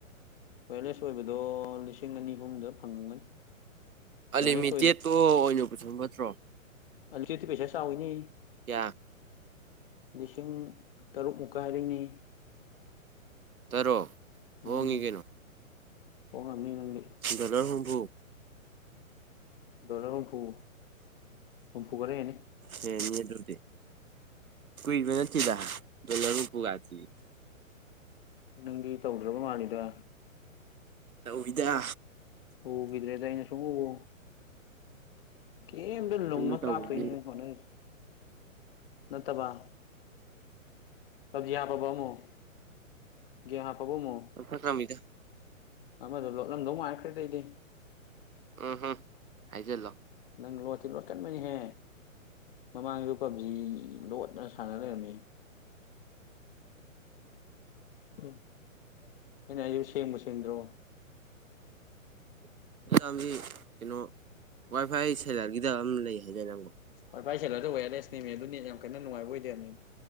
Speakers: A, on the left; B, on the right.
A: ꯋꯦꯌꯔꯂꯦꯁ ꯑꯣꯏꯕꯗꯣ ꯂꯤꯁꯤꯡ ꯑꯅꯤ ꯑꯍꯨꯝꯗ ꯐꯪꯉꯝꯒꯅꯤ ꯋꯦꯌꯔꯂꯦꯁ
B: ꯑꯜꯂꯤꯃꯤꯇꯦꯠꯇꯣ ꯑꯣꯏꯅ ꯄꯨꯁꯤꯟꯕꯅ ꯐꯠꯇ꯭ꯔꯣ
A: ꯑꯜꯂꯤꯃꯤꯇꯦꯠꯇꯤ ꯄꯩꯁꯥ ꯆꯥꯎꯏꯅꯦ
B: ꯀꯌꯥ
A: ꯂꯤꯁꯤꯡ ꯇꯔꯨꯛꯃꯨꯛꯀ ꯍꯥꯏꯔꯛꯏꯅꯦ
B: ꯇꯔꯨꯛ
A: ꯎꯝ
B: ꯍꯣꯡꯉꯤ ꯀꯩꯅꯣ
A: ꯍꯣꯡꯉꯝꯅꯤ ꯅꯪꯗꯤ
B: ꯗꯣꯂꯔ ꯍꯨꯝꯐꯨ
A: ꯗꯣꯂꯔ ꯍꯨꯝꯐꯨ ꯍꯨꯝꯐꯨ ꯈꯔ ꯍꯦꯟꯅꯤ
B: ꯍꯦꯟꯅꯤ ꯑꯗꯨꯕꯨꯗꯤ ꯀꯨꯏꯕ ꯅꯠꯇꯦꯗ ꯗꯣꯂꯔ ꯍꯨꯝꯐꯨꯒꯁꯤꯗꯤ
A: ꯅꯪꯗꯤ ꯇꯧꯗ꯭ꯔꯕ ꯃꯥꯜꯂꯤꯗ
B: ꯇꯧꯋꯤꯗ
A: ꯎꯈꯤꯗ꯭ꯔꯦꯗ ꯑꯩꯅ ꯁꯨꯡꯎꯕꯨ ꯒꯦꯝꯗ ꯂꯨꯝꯃ
B: ꯌꯨꯝꯗ ꯇꯧꯕꯒꯤ
A: ꯀꯥꯞꯇꯣꯏꯅꯦ ꯅꯪ ꯍꯣꯠꯅꯔꯤꯁꯦ ꯅꯠꯇꯕ ꯄꯕꯖꯤ ꯍꯥꯞꯄꯕ ꯑꯃꯨꯛ ꯒꯦꯝ ꯍꯥꯞꯄꯕ ꯑꯃꯨꯛ
B: ꯂꯧꯊꯈ꯭ꯔꯃꯤꯗ
A: ꯑꯃꯗꯣ ꯂꯣꯠꯂꯝꯗꯧ ꯃꯥꯟꯈ꯭ꯔꯦꯗ ꯑꯩꯗꯤ
B: ꯎꯝ ꯍꯨꯝ ꯍꯥꯏꯖꯜꯂꯣ
A: ꯅꯪ ꯂꯣꯠꯇꯤ ꯂꯣꯠꯀꯟꯕꯅꯤꯍꯦ ꯃꯃꯥꯡꯁꯨ ꯄꯞꯖꯤ ꯂꯣꯠꯅ ꯁꯥꯟꯅ ꯂꯩꯔꯝꯃꯤ <unintelligible> ꯑꯩꯅ ꯍꯥꯏꯁꯦ ꯁꯦꯡꯕꯨ ꯁꯦꯡꯗ꯭ꯔꯣ
B: <unintelligible> ꯀꯩꯅꯣ ꯋꯥꯏ ꯐꯥꯏ ꯐꯦꯂꯔꯒꯤꯗ ꯑꯃ ꯂꯩ ꯍꯥꯏꯗꯥꯏꯅꯦ ꯅꯪꯕꯣ
A: ꯋꯥꯏ ꯐꯥꯏ ꯁꯦꯜꯂꯔꯗꯣ ꯋꯥꯌꯔꯂꯦꯁꯅꯦꯃꯦ ꯑꯗꯨ ꯅꯦꯠ ꯌꯥꯝ ꯀꯟꯅ ꯅꯨꯡꯉꯥꯏꯕ ꯑꯣꯏꯗꯦ ꯍꯥꯏꯕꯅꯤ